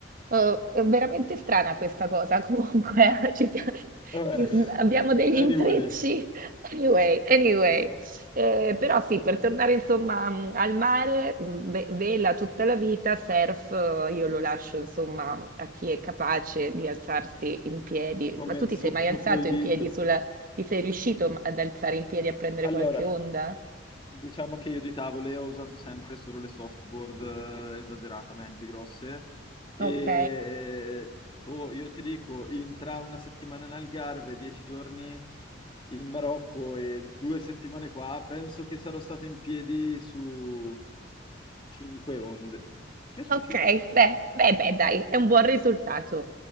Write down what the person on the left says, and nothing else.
Vabbè.
Anyway,
come
il
sogno
proibito.
Allora,
Diciamo che io di tavole ho usato sempre solo le softboard eh, esageratamente grosse e
oh, io ti dico, in, tra una settimana in Algarve, dieci giorni in Marocco e due settimane qua, penso che sarò stato in piedi su cinque onde. Che succede?